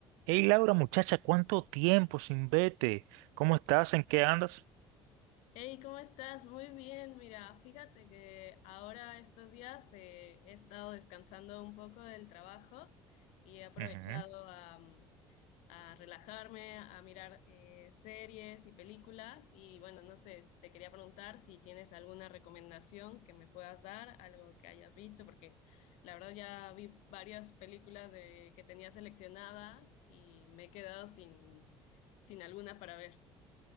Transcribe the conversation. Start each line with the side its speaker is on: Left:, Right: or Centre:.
Right: Hey Laura, muchacha, ¿cuánto tiempo sin verte? ¿Cómo estás? ¿En qué andas?
Left: Hey, ¿cómo estás? Muy bien, mira, fíjate que ahora estos días eh, he estado descansando un poco del trabajo y he aprovechado
Right: Ujú.
Left: a, mm, a relajarme, a mirar eh, series y películas y bueno, no sé, te quería preguntar si tienes alguna recomendación que me puedas dar, algo que hayas visto, porque la verdad ya vi varias películas de, que tenía seleccionadas y me he quedado sin, sin alguna para ver.